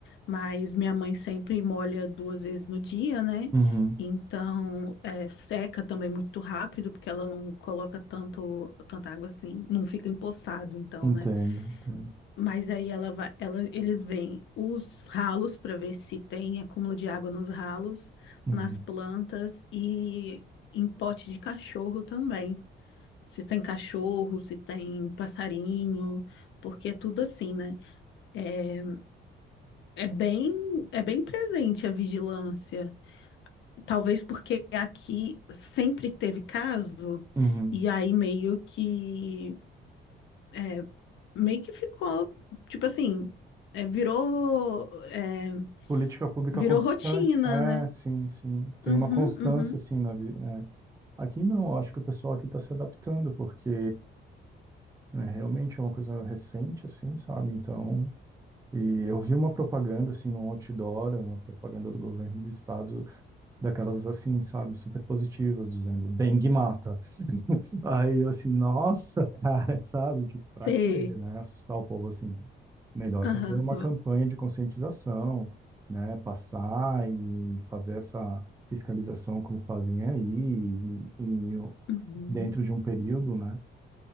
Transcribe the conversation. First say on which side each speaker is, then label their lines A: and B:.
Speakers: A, on the left; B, on the right.
A: mas minha mãe sempre molha duas vezes no dia, né?
B: uhum.
A: Então, é, seca também muito rápido, porque ela não coloca tanto, tanta água assim, não fica empoçado, então,
B: Entendo,
A: né?
B: entendo.
A: Mas aí ela vai, ela, eles veem os ralos para ver se tem acúmulo de água nos ralos,
B: Uhum,
A: nas plantas e em pote de cachorro também. Se tem cachorro, se tem passarinho, porque é tudo assim, né? É, é bem, é bem presente a vigilância. Talvez porque aqui sempre teve caso,
B: Então, uhum.
A: e aí meio que, é, meio que ficou, tipo assim, é, virou. é,
B: Política pública
A: Virou
B: constante,
A: rotina,
B: é,
A: né?
B: sim, sim. Tem
A: Uhum,
B: uma constância,
A: uhum.
B: assim, na vida. Aqui não, eu acho que o pessoal aqui está se adaptando, porque é, realmente é uma coisa recente, assim, sabe? Então, e eu vi uma propaganda, assim, no outdoor, uma propaganda do governo do estado, daquelas, assim, sabe, super positivas, dizendo dengue mata. Aí eu assim, nossa, cara, <laughs> sabe? Tipo, pra
A: Sei.
B: quê, né? Assustar o povo assim. Melhor
A: Aham.
B: fazer uma
A: v-
B: campanha de conscientização, né? Passar e fazer essa fiscalização como fazem aí, em- em-
A: Uhum.
B: dentro de um período, né?